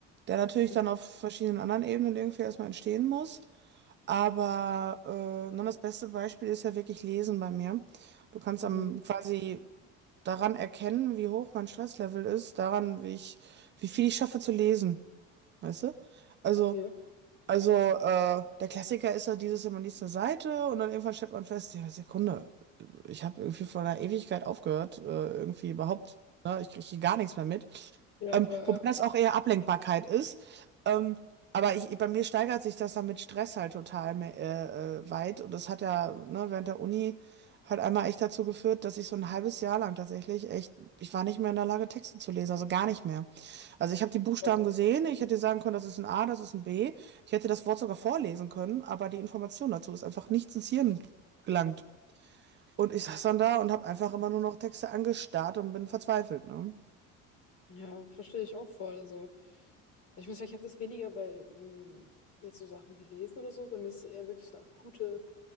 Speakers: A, on the right; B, on the left.
A: der natürlich
B: Mhm,
A: dann auf verschiedenen anderen Ebenen irgendwie erstmal entstehen muss. Aber äh, nun das beste Beispiel ist ja wirklich Lesen bei mir. Du kannst
B: mhm,
A: am quasi daran erkennen, wie hoch mein Stresslevel ist, daran, wie ich, wie viel ich schaffe zu lesen, weißt du? Also
B: okay.
A: Also, äh, der Klassiker ist ja dieses, ja, man liest eine Seite und dann irgendwann stellt man fest, ja, Sekunde, ich habe irgendwie vor einer Ewigkeit aufgehört, äh, irgendwie überhaupt, ne, ich kriege gar nichts mehr mit.
B: Ja,
A: Ähm,
B: ja,
A: wobei
B: ja.
A: das auch eher Ablenkbarkeit ist. Ähm, aber ich, bei mir steigert sich das dann mit Stress halt total me- äh, äh, weit. Und das hat ja, ne, während der Uni halt einmal echt dazu geführt, dass ich so ein halbes Jahr lang tatsächlich echt, ich war nicht mehr in der Lage, Texte zu lesen, also gar nicht mehr. Also ich habe die Buchstaben
B: Gott.
A: gesehen, ich hätte sagen können, das ist ein A, das ist ein B. Ich hätte das Wort sogar vorlesen können, aber die Information dazu ist einfach nicht ins Hirn gelangt. Und ich saß dann da und habe einfach immer nur noch Texte angestarrt und bin verzweifelt, ne?
B: Ja, verstehe ich auch voll. Also, also ich muss sagen, ich habe das weniger bei mh, jetzt so Sachen wie Lesen oder so. Bei mir ist es eher wirklich so akute,